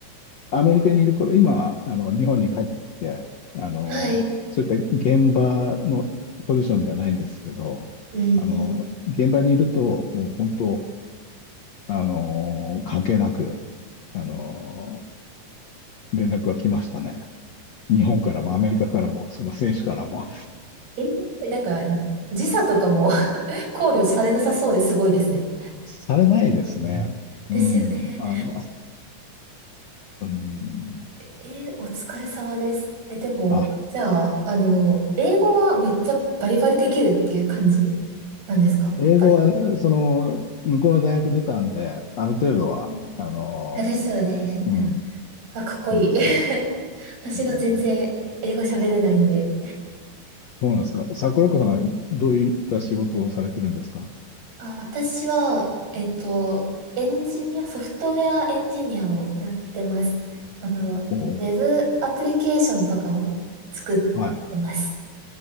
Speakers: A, on the left; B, on the right.
A: アメリカにいる頃、今は、あの、日本に帰ってきて、あの、
B: はい。
A: そういった現場のポジションではないんですけど、
B: うんう
A: あの、
B: ん。
A: 現場にいると、もう本当、あの、関係なく、あの、連絡が来ましたね。日本からもアメリカからも、その選手からも。
B: ええなんか、時差とかも <laughs> 考慮されなさそうですごいですね。
A: されないですね。
B: ですよね。
A: うん、あの、うん、
B: えーお疲れ様です。え、でも、
A: あ、
B: じゃあ、あの、英語はめっちゃバリバリできるっていう感じなんですかやっぱり。
A: 英語は、その、向こうの大学出たんで、ある程度は、
B: うん
A: あの、
B: あ、ですよね。
A: うん、
B: うんあ、かっこいい。
A: そうですね。
B: <laughs> 私が全然英語喋れないんで。
A: うんそうなんですか。桜子さんはどういった仕事をされてるんですか
B: あ、私は、えっと、エンジニア、ソフトウェアエンジニアをやってます。あの、
A: おー
B: ウェブアプリケーションとかを作っ
A: はい。
B: てます。